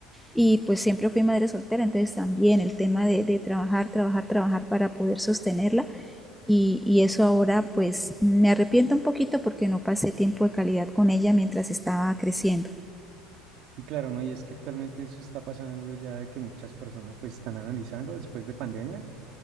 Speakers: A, in the centre; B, on the right.
A: y pues siempre fui madre soltera, entonces también el tema de, de trabajar, trabajar, trabajar para poder sostenerla y, y, eso ahora pues me arrepiento un poquito porque no pasé tiempo de calidad con ella mientras estaba creciendo.
B: Y claro, ¿no? Y es que actualmente eso está pasando ya de que muchas personas pues están analizando después de pandemia,